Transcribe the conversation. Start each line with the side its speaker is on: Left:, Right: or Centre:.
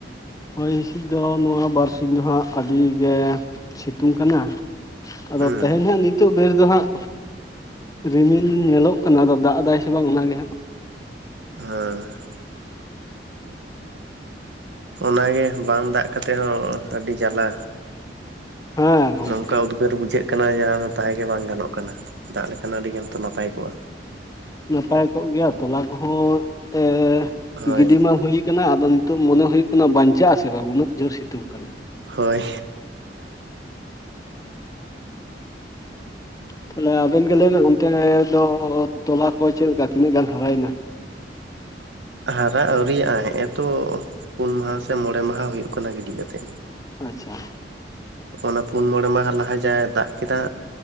Left: ᱦᱚᱭ ᱦᱤᱥᱤᱫ ᱫᱚ ᱱᱚᱣᱟ ᱵᱟᱨᱥᱤᱧ ᱫᱚ ᱦᱟᱸᱜ ᱟᱹᱰᱤ ᱜᱮ ᱥᱤᱛᱩᱝ ᱠᱟᱱᱟ᱾ ᱟᱫᱚ
Right: ᱦᱩᱸ
Left: ᱛᱮᱦᱮᱧ ᱦᱟᱸᱜ ᱱᱤᱛ ᱱᱤᱛᱚᱜ ᱵᱮᱲ ᱫᱚ ᱦᱟᱸᱜ ᱨᱤᱢᱤᱞ ᱧᱮᱞᱚᱜ ᱠᱟᱱᱟ ᱟᱫᱚ ᱫᱟᱜ ᱮᱫᱟᱭ ᱥᱮ ᱵᱟᱝ ᱚᱱᱟᱜᱮ ᱦᱟᱸᱜ
Right: <unintelligible> ᱚᱱᱟᱜᱮ ᱵᱟᱝ ᱫᱟᱜ ᱠᱟᱛᱮᱜ ᱦᱚᱸ ᱟᱹᱰᱤ ᱡᱟᱞᱟ
Left: ᱦᱮᱸ ᱜᱚᱢᱠᱮ
Right: ᱱᱚᱝᱠᱟ ᱩᱫᱽᱜᱟᱹᱨ ᱵᱩᱡᱷᱟᱹᱜ ᱠᱟᱱᱟ ᱡᱟᱦᱟᱸ ᱫᱚ ᱛᱟᱦᱮᱸᱜᱮ ᱵᱟᱝ ᱜᱟᱱᱚᱜ ᱠᱟᱱᱟ ᱫᱟᱜ ᱞᱮᱠᱷᱟᱱ ᱟᱹᱰᱤᱜᱟᱱ ᱛᱚ ᱱᱟᱯᱟᱭ ᱠᱚᱜᱼᱟ᱾
Left: ᱱᱟᱯᱟᱭ ᱠᱚᱜ ᱜᱮᱭᱟ ᱛᱚᱞᱟ ᱠᱚᱦᱚᱸ ᱚᱱᱛᱮ
Right: ᱦᱳᱭ
Left: ᱜᱤᱰᱤ ᱢᱟ ᱦᱩᱭ ᱠᱟᱱᱟ ᱟᱫᱚ ᱱᱤᱛᱚᱜ ᱢᱚᱱᱮ ᱦᱩᱭᱩᱜ ᱠᱟᱱᱟ ᱵᱟᱧᱪᱟᱜ ᱟᱥᱮ ᱵᱟᱝ ᱩᱱᱟᱹᱜ ᱡᱳᱨ ᱥᱤᱛᱩᱝ ᱠᱟᱱᱟ
Right: ᱦᱳᱭ
Left: ᱛᱟᱦᱞᱮ ᱟᱵᱮᱱ ᱜᱮ ᱞᱟᱹᱭᱵᱮᱱ ᱚᱱᱛᱮ ᱫᱚ ᱛᱚᱞᱟ ᱠᱚ ᱪᱮᱫ ᱞᱮᱠᱟ ᱛᱤᱱᱟᱹᱜ ᱜᱟᱱ ᱦᱟᱨᱟᱭᱮᱱᱟ?
Right: ᱦᱟᱨᱟ ᱟᱹᱣᱨᱤᱭᱟᱜᱼᱟ ᱦᱮᱸᱜᱼᱮ ᱛᱚ ᱯᱩᱱ ᱢᱟᱦᱟ ᱥᱮ ᱢᱚᱬᱮ ᱢᱟᱦᱟ ᱦᱩᱭᱩᱜ ᱠᱟᱱᱟ ᱜᱤᱰᱤ ᱠᱟᱛᱮ᱾
Left: ᱟᱪᱪᱷᱟ
Right: ᱚᱱᱟ ᱯᱩᱱ ᱢᱚᱬᱮ ᱢᱟᱦᱟ ᱞᱟᱦᱟ ᱡᱟᱭ ᱫᱟᱜ ᱠᱮᱫᱟ